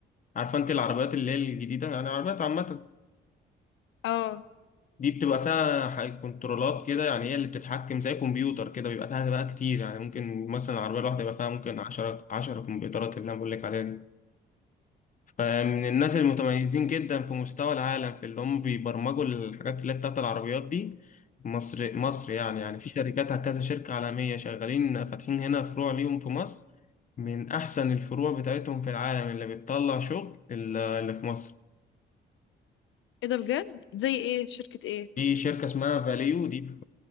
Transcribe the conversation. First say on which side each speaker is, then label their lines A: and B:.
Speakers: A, on the left; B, on the left.
A: عارفه انت العربيات اللي هي الجديده يعني العربيات عامه
B: اه
A: دي بتبقى فيها ح- كنترولات كده يعني هي اللي بتتحكم زي كمبيوتر كده بيبقى فيها بقى كتير يعني ممكن مثلا العربيه الواحده يبقى فيها ممكن 10 10 كمبيوترات اللي انا بقول لك عليها دي من الناس المتميزين جدا في مستوى العالم في اللي هم بيبرمجوا الحاجات اللي هي بتاعت العربيات دي مصر مصر يعني يعني في شركات كذا شركة عالمية شغالين فاتحين هنا فروع ليهم في مصر من أحسن الفروع بتاعتهم في العالم اللي بتطلع شغل اللي اللي في مصر
B: ايه ده بجد زي ايه شركة ايه
A: في شركة اسمها فاليو دي في